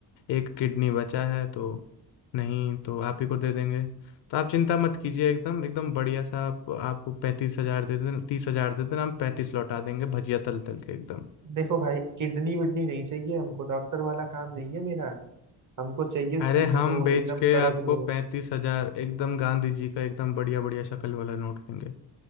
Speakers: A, on the left (about 75°); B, on the right (about 45°).
A: एक किडनी बचा है तो नहीं तो आप ही को दे देंगे तो आप चिंता मत कीजिए एकदम एकदम बढ़िया सा आप आपको पैंतीस हजार दे देना तीस हजार दे देना हम पैंतीस लौटा देंगे भजिया तल तल के एकदम
B: देखो भाई किडनी विडनी नहीं चाहिए हमको डॉक्टर वाला काम नहीं है मेरा हमको चाहिए
A: अरे
B: शुद्ध
A: हम
B: नोट
A: बेच
B: एकदम
A: के
B: कड़क
A: आपको
B: नोट
A: पैंतीस हजार एकदम गांधी जी का एकदम बढ़िया बढ़िया शक्ल वाला नोट देंगे